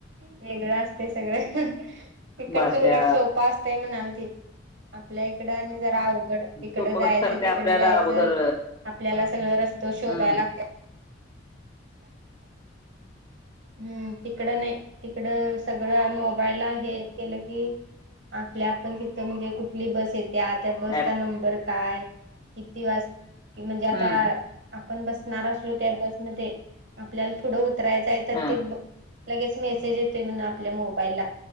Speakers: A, on the right; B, on the left.
A: वेगळ असत सगळं हिकड
B: भाषा
A: तर उलट सोफा असत. ताई म्हणालती आपल्या इकड आणि जरा तिकडं
B: तो पुस्कार
A: जायचं
B: काय
A: तिकडं
B: आपल्याला
A: जायचं
B: अगोदर
A: आपल्याला सगळं रस्त शोधायला
B: हम्म.
A: लागतात हम्म तिकड नाही. तिकड सगळं मोबाईलला हे केलं की आपल्या आपण तिथं म्हणजे कुठं आपली बस येत्या त्या बसचा
B: ऍप
A: नंबर काय किती वाज कि म्हणजे आता.
B: हम्म
A: आपण बसणार असलो त्या बसमध्ये आपल्याला पुढं उतरायचंय तर
B: हा
A: ते लगेच मेसेज येतोय म्हण आपल्या मोबाईला